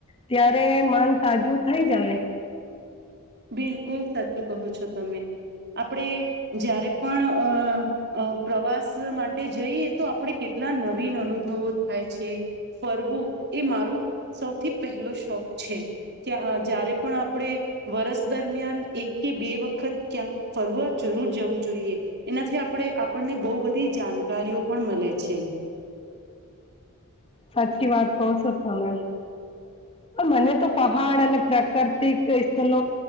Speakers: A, on the left; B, on the right.
A: ત્યારે મન તાજું થઈ જાય.
B: બિલકુલ સાચું કહો છો તમે આપડ જારે પણ અ. અ પ્રવાસ માટે જઈએ તો આપણે કેટલા નવીન અનુભવો થાય છે. ફરવું એ મારું સૌથી પહેલો શોખ છે. કે જ્યારે પણ આપણે. વરસ દરમિયાન એક કે બે વખત ક્યાંક ફરવા જરૂર જવું જોઈએ. એનાથી આપણે આપણને બહુ બધી જાણકારીઓ પણ મળે છે.
A: સાચી વાત કણ સોતા મેમ. મને તો પહાડ અને પ્રાકૃતિક સ્થળ.